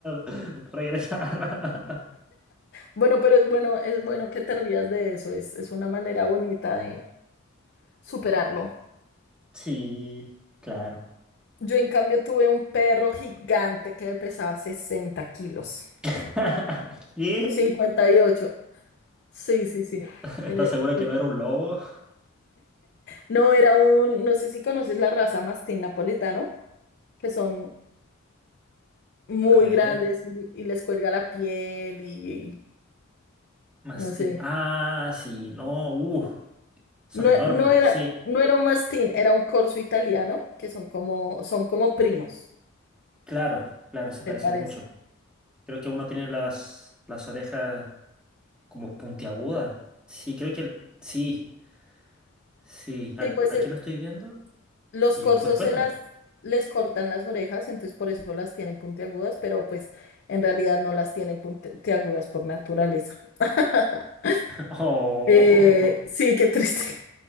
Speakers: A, in the centre; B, on the left.
A: <laughs> regresar. <laughs>
B: Bueno, pero es bueno, es bueno que te rías de eso, es, es una manera bonita de superarlo.
A: Sí, claro.
B: Yo en cambio tuve un perro gigante que pesaba 60 kilos,
A: <laughs> ¿Qué?
B: 58. Sí, sí, sí.
A: ¿Estás
B: Eh,
A: segura
B: eh,
A: que no era un lobo?
B: no era un, no sé si conoces la raza mastín napolitano, que son muy
A: <laughs> A ver.
B: grandes y, y les cuelga la piel y
A: Mastín.
B: no sé.
A: Ah, sí, no, uh, son
B: No,
A: enormes,
B: e- no era,
A: sí,
B: no era un mastín, era un corso italiano, que son como, son como primos,
A: claro, claro, se parecen
B: se parece.
A: mucho. Creo que uno tiene las, las orejas como puntiagudas. Sí, creo que, el- sí, sí, a-
B: Sí, pues
A: aquí
B: eh,
A: lo estoy viendo
B: los
A: y
B: corzos
A: pues cuéntame.
B: se las
A: <laughs>
B: les cortan las orejas, entonces por eso las tienen puntiagudas, pero pues en realidad no las tienen puntiagudas por naturaleza. <laughs>
A: Oh,
B: Eh, sí, qué triste.